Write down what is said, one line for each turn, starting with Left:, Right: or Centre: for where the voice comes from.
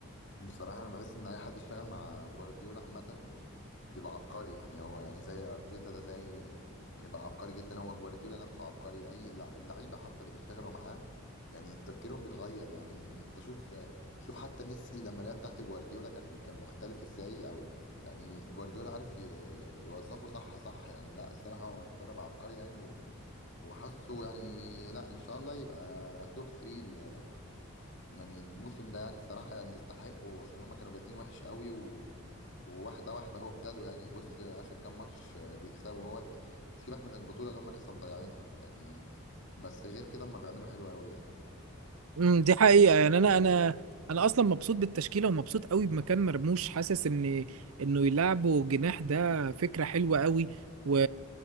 Left: بصراحة أنا بحس إن أي حد اشتغل مع جوارديولا عامة بيبقى عبقري يعني هو يعني زي أرتيتا ده زي يعني بقى عبقري جدا هو جوارديولا نفسه عبقري أي لع- اللعيبة حتى اللي بيشتغلوا معاه يعني تفكيرهم بيتغير يعني أنت شوف شوف حتى ميسي لما لعب تحت جوارديولا كان كان مختلف إزاي أو يعني جوارديولا عارف ي- ي- يوظفه صح صح يعني لا الصراحة هو مدرب عبقري يعني و- وحاسه يعني لا إن شاء الله يبقى توب 3 يعني الموسم ده يعني الصراحة يعني يستحقوا عشان هما كانوا بادئين وحش قوي و... وواحدة واحدة هو ابتدوا يعني بص آخر كام ماتش بيكسبوا اهوت سيبك من البطولة اللي هما لسه مضيعينها يعني بس غير كده هما بيعملوا حلو قوي يعني
Right: امم دي حقيقة يعني انا انا انا اصلا مبسوط بالتشكيلة ومبسوط قوي بمكان مرموش حاسس ان انه يلعبه جناح ده فكرة حلوة قوي و...